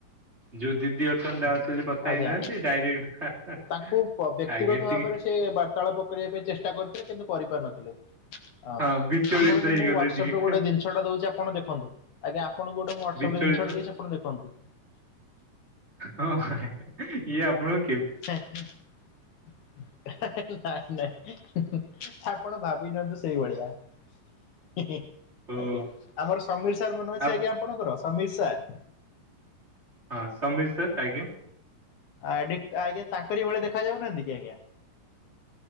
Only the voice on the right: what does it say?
ଯୋଉ ଦିଦି ଅଛନ୍ତି ତା ସହିତ କଥା
ହେଇନାହାନ୍ତି ଡାଇରେକ୍ଟ
ଆଗେ
ଟିକେ
ହଁ ବିଚଳିତ ହେଇଗଲେ
ଟିକେ
ବିଚଳିତ
ଇଏ ଆପଣ
ଓ
ଆପ
ହଁ ସମିର ସାର୍ ଆଜ୍ଞା।